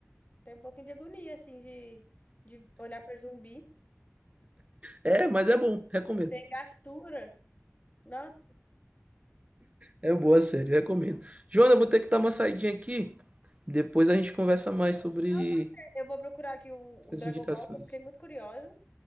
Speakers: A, on the left; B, on the right.
A: Tem um pouquinho de agonia, assim, de, de olhar pra zumbi.
B: É, mas é bom, recomendo.
A: Tem gastura. Nossa.
B: É boa a série, recomendo. Joana, eu vou ter que dar uma saidinha aqui, depois a gente conversa mais sobre
A: Não, pode ser. Eu vou procurar aqui o,
B: essas
A: o Dragon
B: indicações.
A: Ball, que eu fiquei muito curiosa.